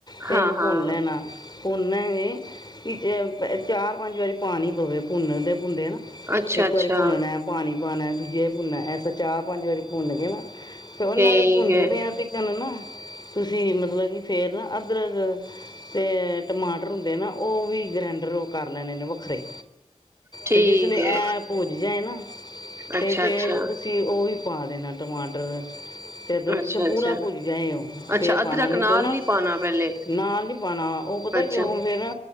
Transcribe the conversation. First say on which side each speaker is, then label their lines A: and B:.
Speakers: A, on the left; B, on the right.
A: ਤੇ
B: ਹਾਂ
A: ਏਨੂੰ ਭੁੰਨ
B: ਹਾਂ
A: ਲੈਣਾ। ਭੁੰਨਣਾ ਏਹ ਕਿ ਚਾਰ- ਪੰਜ ਵਾਰੀ ਪਾਣੀ ਪਵੇ। ਭੁੰਨ ਦੇ ਭੁੰਨਦੇ ਨਾ
B: ਅੱਛਾ
A: ਇੱਕ
B: ਅੱਛਾ
A: ਵਾਰੀ ਭੁੰਨਨੈ ਪਾਣੀ ਪਾਨੈ। ਦੂਜੀ ਵਾਰੀ ਭੁੰਨਨੈ ਐਸਾ ਚਾਰ- ਪੰਜ ਵਾਰੀ ਭੁੰਨ ਕੇ ਨਾ ਫੇਰ ਉਹਨਾਂ
B: ਠੀਕ
A: ਦੇ ਭੁੰਨਦੇ
B: ਹੈ
A: ਆ ਅਸੀ ਚੁਣਨਾ ਤੁਸੀ ਮਤਲਬ ਕਿ ਫੇਰ ਨਾ ਅਦਰਕ ਤੇ ਟਮਾਟਰ ਹੁੰਦੇ ਏ ਨਾ ਉਹ ਵੀ ਗਰੈਂਡਰ ਕਰ ਲੈਣੇ ਨੇ ਵੱਖਰੇ।
B: ਠੀਕ
A: ਤੇ ਜਿਸ ਲੇ
B: ਹੈ
A: ਏਹ ਪੁੱਜ ਜਾਏ ਨਾ ਤੇ
B: ਅੱਛਾ
A: ਫੇਰ
B: ਅੱਛਾ
A: ਤੁ ਤੇ ਉਹ ਵੀ ਪਾ ਦੇਨੈ ਟਮਾਟਰ ਤੇ ਫੇਰ ਜਿਸ
B: ਅੱਛਾ
A: ਏ ਪੂਰਾ
B: ਅੱਛਾ
A: ਭੁਜ ਜਾਏ ਉਹ
B: ਅੱਛਾ
A: ਫੇਰ
B: ਅਦਰਕ
A: ਪਾਣਾ ਨਹੀਂ ਤੇ
B: ਨਾਲ
A: ਨਾ
B: ਨੀ ਪਾਉਣਾ ਪਹਿਲੇ
A: ਨਾਲ ਨੀ ਪਾਣਾ, ਉਹ ਪਤਾ
B: ਅੱਛਾ
A: ਕਯੋ ਫੇਰ